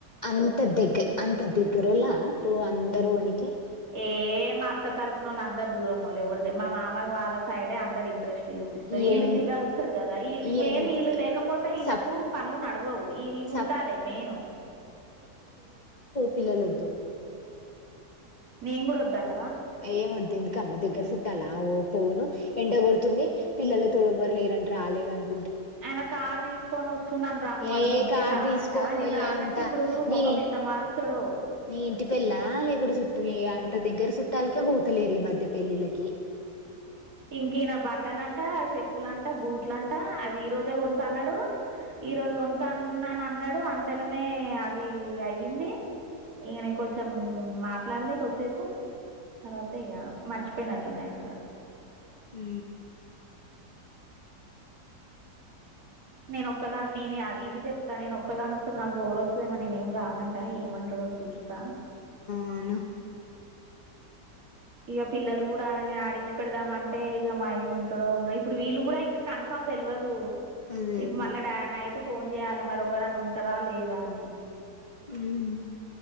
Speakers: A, on the left (about 40°); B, on the right (about 55°).
A: అంత దగ్గ అంత దగ్ ఇరులా తూ అందరు ఉనికి
B: ఏ మా అత్త తరపున వాళ్ళు అందరు దూరం వాళ్లే ఇవడదే మామ వాళ్ళ సైడే అందరు ఇంట్రెస్ట్ చూపిస్తారు
A: ఈ
B: వీళ్ళు
A: ఎం
B: వీళ్ళ కలుస్తారు కదా వళ్ళ
A: ఈ
B: మెయిన్
A: ఎం
B: వీళ్ళు లేకపోతే వీళ్ళలకు
A: సప్
B: పనులు నడవవు ఈ
A: సప్
B: ఉండాలి మెయిన్
A: పిల్లలద్దు
B: నేను కూడా వద్దండి
A: ఏ మధం మ్మ దగ్గర చుట్ట అలా ఓ పోను ఎండగొడుతుంది పిల్లల తోడవరులేదంటని రాలేదంట
B: ఆయన కారు తీసుకొని వస్తున్నాను రమ్మంటుండు
A: ఏ కార్
B: నేను రానంట
A: తీసుకొని
B: నేను
A: పోయ్యే
B: రానంటే
A: అంత
B: ఇప్పుడు
A: నీ
B: ముఖం ఎంత మారుస్తాడు
A: నీ ఇంటి పల్లా లే కూడాడ సుట్ న అంత దగ్గర సుట్టిక పోతలే ర మధ్య పేలిలకి
B: ఇంక ఈన బట్టలంట చెప్పులంట బూట్లంట అది ఈ రోజే కొంత అన్నాడు ఈ రోజు కొంతా అన్నాని అన్నాడు అంతెలమే అది అయ్యింది ఇక న ఇం కొంచెం మాట్లాడలేసేపు తర్వాత మర్చ పె నట్టుండ అనదా
A: అ
B: నేను ఒక్కదాన్ని నేను అది ఇది చెప్ నేను ఒక్కదాని వస్తే నాకు బోరు వస్తుందేమ నేనేం రానంటా ఏమంటాో చూస్తా
A: ఆవును
B: ఇక పిల్లలు కూడా ఆడించి పెడదాం అంటే ఇక మాయి ఉంటడ ఉండ ఇప్పుడు వీళ్ళు కూడా ఇంకా కన్ఫామ్ తెలియదు
A: అదే
B: ఇప్పు
A: అదే
B: మల్ళ డా నైట్ అ ఫోన్ చేయాలి మరి ఎవ్వరని ఉంటారా లేదా అని
A: వూహ్ వ్